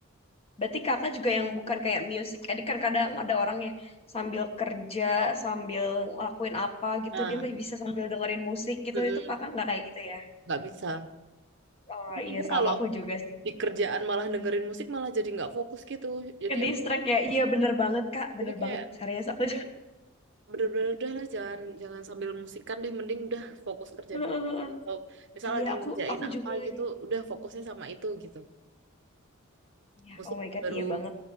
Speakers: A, on the left; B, on the right.
A: Berarti Kakak juga yang bukan kayak music edit kan kadang ada orang ya sambil kerja, sambil lakuin apa gitu,
B: Nah,
A: dia masih bisa sambil dengerin musik gitu.
B: mm-mm,
A: Itu Kakak nggak kayak gitu ya?
B: nggak bisa.
A: Oh,
B: <laughs> Jadi
A: iya sama
B: kalau
A: aku juga sih.
B: di kerjaan malah dengerin musik malah jadi nggak fokus gitu. Jadi
A: Ke distract
B: udah deh.
A: ya. Iya, bener banget, Kak.
B: Jadi
A: Bener
B: kayak
A: banget. Serius aku
B: tuh bener-bener udah lah jangan jangan sambil musikan deh. Mending udah fokus kerja
A: Heeh,
B: dulu
A: heeh.
B: aja. Atau misal
A: Iya,
B: lagi
A: aku
B: ngerjain
A: aku
B: apa
A: juga lagi.
B: gitu, udah fokusnya sama itu gitu.
A: Iya,
B: musik
A: oh my God,
B: baru
A: iya banget.